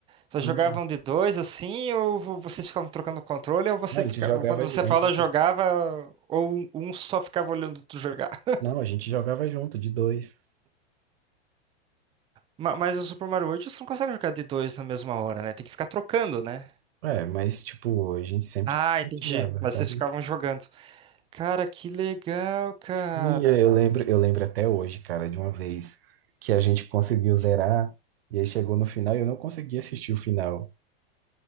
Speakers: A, on the right; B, on the right.
A: Vocês
B: sim.
A: jogavam de dois assim, ou vo- vocês ficavam trocando controle, ou você
B: A gente
A: ficava.
B: jogava,
A: Quando
B: de-
A: você
B: a
A: fala
B: gente,
A: jogava, ou um um só ficava olhando tu jogar. <laughs>
B: não, a gente jogava junto, de dois.
A: Ma- Mas o Super Mario World você não consegue jogar de dois na mesma hora, né? Tem que ficar trocando, né?
B: É, mas tipo, a gente sempre
A: Ah,
B: compartilhava,
A: entendi. Mas
B: sabe?
A: vocês ficavam jogando. Cara, que legal, cara.
B: Sim, eu lembro, eu lembro até hoje, cara, de uma vez que a gente conseguiu zerar e aí chegou no final e eu não consegui assistir o final.